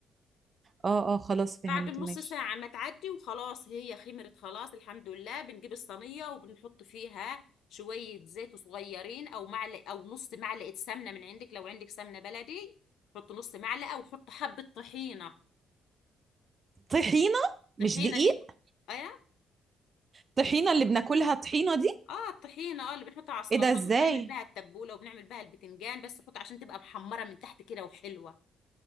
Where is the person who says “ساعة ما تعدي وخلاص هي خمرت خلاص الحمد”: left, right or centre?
Left